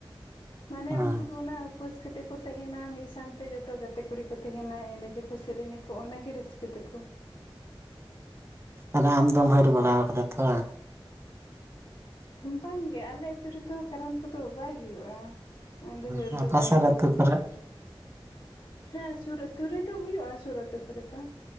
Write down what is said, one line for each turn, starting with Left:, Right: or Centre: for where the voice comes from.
Left: ᱢᱟᱱᱮ
Right: ᱦᱮᱸ
Left: ᱩᱱᱠᱩ ᱫᱚ ᱚᱱᱟ ᱩᱯᱟᱹᱥ ᱠᱟᱛᱮ ᱠᱚ ᱛᱟᱦᱮᱱᱟ ᱢᱤᱫ ᱥᱟᱶᱛᱮ ᱡᱚᱛᱚ ᱜᱟᱛᱮ ᱠᱩᱲᱤ ᱠᱚ ᱛᱟᱦᱮᱸᱱᱟ ᱮᱱᱮᱡ ᱟᱠᱠᱚ ᱥᱮᱨᱮᱧ ᱟᱠᱚ ᱚᱱᱟᱜ ᱜᱮ ᱨᱟᱹᱥᱠᱟᱹ ᱛᱮᱠᱚ
Right: ᱟᱫᱚ ᱟᱢᱫᱚᱢ ᱦᱟᱹᱨ ᱵᱟᱲᱟ ᱠᱟᱫᱟ ᱛᱚ ᱵᱟᱝ?
Left: ᱵᱟᱝᱜᱮ ᱟᱞᱮ ᱟᱹᱛᱩ ᱨᱮᱫᱚ ᱠᱟᱨᱟᱢ ᱠᱚᱫᱚ ᱵᱟᱭ ᱦᱩᱭᱩᱜᱼᱟ, ᱟᱫᱚ ᱦᱟᱹᱨ
Right: ᱦᱮᱸ
Left: ᱫᱚ
Right: ᱯᱟᱥᱮᱨ
Left: ᱵᱟᱭ ᱦᱩᱭ
Right: ᱟᱹᱛᱩ
Left: ᱠᱟᱱᱟ
Right: ᱠᱚᱨᱮ
Left: ᱾ ᱦᱮᱸ ᱥᱩᱨ ᱟᱹᱛᱩ ᱨᱮᱫᱚ ᱦᱩᱭᱩᱜᱼᱟ ᱥᱩᱨ ᱟᱹᱛᱩ ᱠᱚᱨᱮ ᱫᱚ ᱾